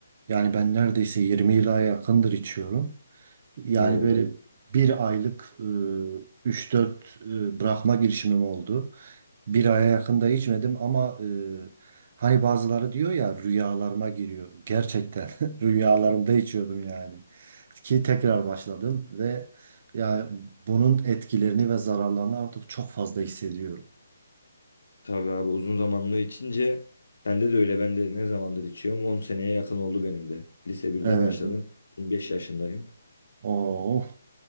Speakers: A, on the right; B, on the left.
A: Yani ben neredeyse 20 yıla yakındır içiyorum. Yani
B: Oo.
A: böyle Evet. bir aylık e, 3-4 e, bırakma girişimim oldu. Bir aya yakında içmedim ama e, hani bazıları diyor ya rüyalarıma giriyor. Gerçekten <laughs> rüyalarımda içiyordum yani. Ki tekrar başladım ve ya bunun etkilerini ve zararlarını artık çok fazla hissediyorum.
B: Tabii abi uzun zamanlı içince bende de öyle. Ben de ne zamandır içiyorum? 10 seneye yakın oldu benim de. Lise birde
A: Evet.
B: başladım. 25 yaşındayım.
A: Oo.